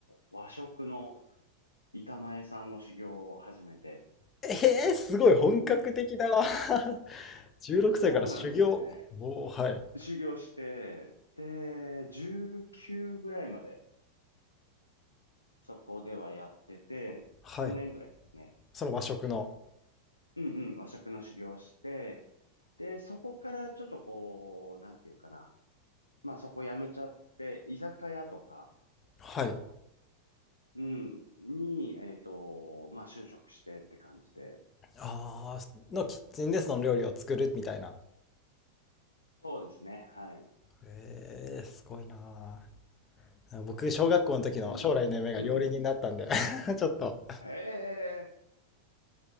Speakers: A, on the left; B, on the left.
A: 和食の板前さんの修行を始めて、
B: えー、すごい。本格的だわ。<laughs> 16歳から修行。
A: そうなんですよね。
B: おー、はい。
A: 修行して、で、19ぐらいまで、そこではやってて、
B: はい。
A: 3年ぐらいですね。
B: その和食の。
A: うんうん、和食の修行をして、で、そこからちょっとこう、なんていうかな。まあ、そこ辞めちゃって、居酒屋とか、
B: はい。
A: うん、に、えっと、まあ、就職してって感じで、
B: ああ、のキッチンでその料理を作るみたいな。
A: そうですね。はい。
B: ええ、すごいなあ。僕、小学校の時の将来の夢が料理人だったんで
A: でも、うんうん。
B: <laughs> ちょっと。
A: へえ、